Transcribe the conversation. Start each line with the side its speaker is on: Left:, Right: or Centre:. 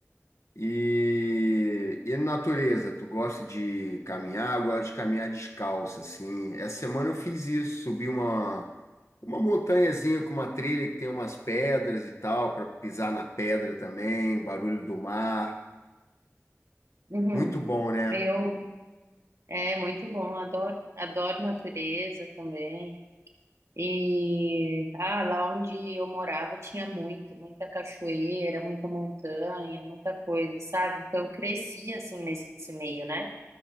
Left: E, e natureza, tu gosta de caminhar? Eu gosto de caminhar descalço, assim. Essa semana eu fiz isso, subi uma, uma montanhazinha com uma trilha que tem umas pedras e tal, para pisar na pedra também, barulho do mar.
Right: Uhum.
Left: Muito bom, né?
Right: Eu, é muito bom, adoro. Adoro natureza também. E ah, lá onde eu morava tinha muito, muita cachoeira, muita montanha, muita coisa, sabe? Então eu cresci assim nesse meio, né?